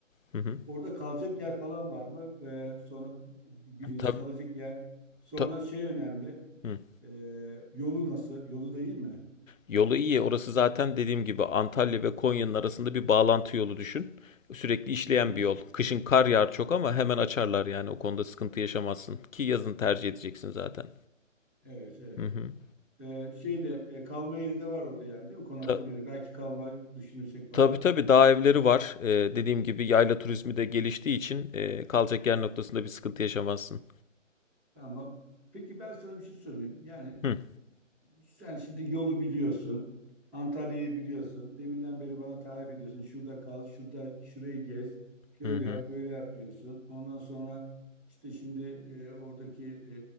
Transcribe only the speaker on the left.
Hı hı.
Tabii,
ta-
hı.
Yolu iyi. Orası zaten dediğim gibi Antalya ve Konya'nın arasında bir bağlantı yolu düşün. Sürekli işleyen
bir yol. Kışın kar yağar çok ama hemen açarlar yani. O konuda sıkıntı yaşamazsın. Ki yazın tercih edeceksin zaten.
Hı hı.
Ta-
tabii tabii dağ evleri var. Ee, dediğim gibi yayla turizmi de geliştiği için e, kalacak yer noktasında bir sıkıntı yaşamazsın.
Hı
hı hı